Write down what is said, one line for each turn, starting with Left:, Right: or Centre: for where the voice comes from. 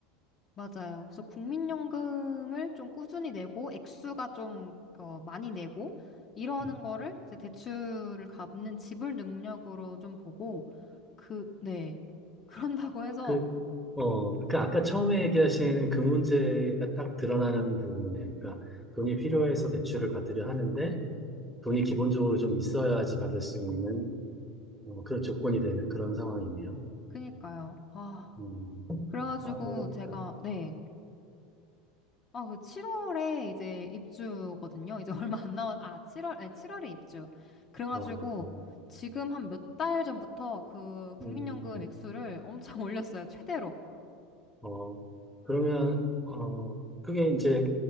Left: 맞아요. 그래서 국민연금을 좀 꾸준히 내고 액수가 좀 어, 많이 내고 이러는
Centre: 음.
Left: 거를 이제 대출을 갚는 지불 능력으로 좀 보고 그, 네. 그런다고 해서
Centre: 그, 어, 그러니까 아까 처음에 얘기하신 그 문제가 딱 드러나는 부분이네요. 그러니까 돈이 필요해서 대출을 받으려 하는데 돈이 기본적으로 좀 있어야지 받을 수 있는 어, 그런 조건이 되는 그런 상황이네요.
Left: 그니까요. 아,
Centre: 음,
Left: 그래가지고
Centre: 아, 어렵다.
Left: 제가 네. 아, 그 7월에 이제 입주거든요. 이제 <laughs> 얼마 안 남았, 아, 7월, 에 7월에 입주. 그래가지고
Centre: 어,
Left: 지금 한 몇 달 전부터 그 국민연금
Centre: 음,
Left: 액수를 엄청 <laughs> 올렸어요. 최대로.
Centre: 어, 그러면, 어, 그게 이제